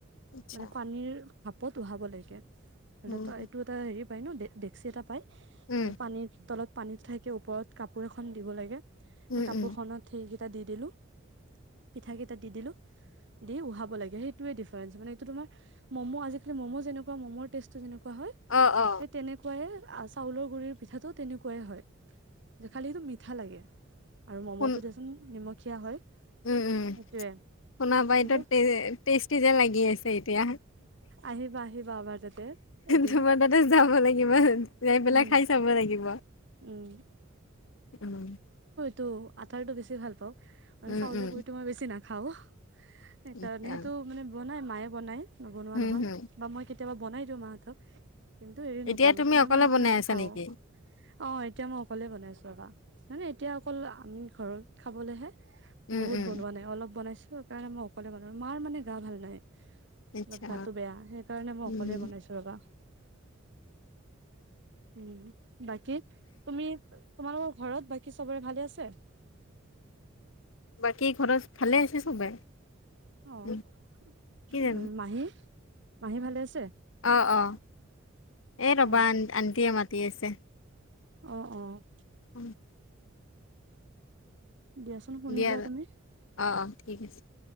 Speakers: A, on the left; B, on the right.
A: আচ্ছা,
B: মানে পানীৰ ভাপত উহাব লাগে।
A: উম,
B: লে তই এইটো এটা হেৰি পাই ন দে ডেকচি এটা পায়
A: উম,
B: যে পানীৰ তলত পানীত থাকে ওপৰত কাপোৰ এখন দিব লাগে।
A: উম,
B: সেই কাপোৰ
A: উম,
B: খনত সেই টা দি দিলো। পিঠা কেইটা দি দিলো। দি উহাব লাগে সেইটোয়ে ডিফাৰেন্ঞ্চ মানে তোমাৰ ম'ম' আজিকালি ম'ম' যেনেকা ম'ম' টেষ্ট টো যেনেকুৱা কোৱা হয়
A: অ', অ',
B: সেই তেনেকুৱাই চাউলৰ গুৰিৰ পিঠাটো তেনেকুৱাই হয় যে খালি সেইটো মিঠা লাগে। আৰু ম'ম'টো
A: শুন
B: দিয়াচোন নিমখ খীয়া হয়।
A: উম', উম',
B: সেইটোয়ে
A: শুনা মই
B: কিন্তু
A: ইটো টে টেষ্টি যে লাগি আছে, এতিয়া
B: আহিবা আহিবা আমাৰ তাতে এদিন
A: তোমাৰ তাত যাব লাগিব যাই পেলাই
B: উম
A: খাই চাব লাগিব
B: উম
A: উম।
B: তো আটাৰটো বেছি ভাল পাওঁ। মান
A: উম,
B: চাউল
A: উম,
B: গুৰি তোৰ বেছি না খাওঁ। সেইকাৰণে
A: আচ্ছা,
B: সেইটো মানে ব নাই মায়ে বনায়। নবনোৱা
A: উম,
B: নহয়
A: হম,
B: বা মই কে কেতিয়াবা বনাই দিওঁ মাহঁতক। কিন্তু হেৰি নকৰো
A: এতিয়া তুমি
B: মানে
A: অকলে
B: মই সিমানে
A: বনাই
B: নাখাওঁ,
A: আছা নেকি?
B: অ এতিয়া মই অকলে বনাইছো ৰবা মানে এতিয়া অকল আমি ঘৰত খাবলেহে।
A: উম,
B: বহুত
A: উম,
B: বনোৱা নাই অলপ বনাইছো। সেই কাৰণে মই অকলে বনালো মাৰ মানে গা ভাল নাই। অলপ
A: আচ্ছা,
B: গাটো বেয়া সেইকাৰণে মই
A: উম,
B: অকলে
A: হম,
B: বনাইছো ৰবা। উম। বাকী, তুমি-তোমালোকৰ ঘৰত বা কি চবৰে ভালে আছে?
A: বাকী, ঘৰত ভালে আছে চবে?
B: অ'
A: উম, কি
B: উম,
A: জানো,
B: মাহী? মাহী ভালে আছে?
A: অ' অ'। এই ৰ'বা!
B: অ
A: আ আণ্টিয়ে মাত তি আছে।
B: অ' অ'।
A: অ',
B: দিয়াচোন শুনিলোৱা
A: দিয়া,
B: তুমি।
A: অ', অ', ঠিক আছে।